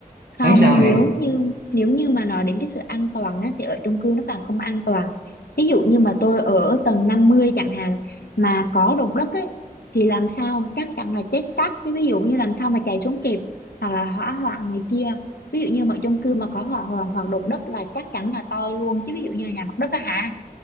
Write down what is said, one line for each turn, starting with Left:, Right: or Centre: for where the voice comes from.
Left: Không,
Right: thấy sao
Left: nếu
Right: nè
Left: như nếu như mà nói đến cái sự an toàn á, thì ở chung cư nó càng không an toàn. Ví dụ như mà tôi ở tầng 50 chẳng hạn mà có động đất ấy thì làm sao chắc chắn là chết tắt. Chứ Ví dụ như làm sao mà chạy xuống kịp hoặc là hỏa hoạn này kia. Ví dụ như mà chung cư mà có hỏa hoạn hoặc động đất là chắc chắn là toi luôn chứ ví dụ như nhà mặt đất á hả,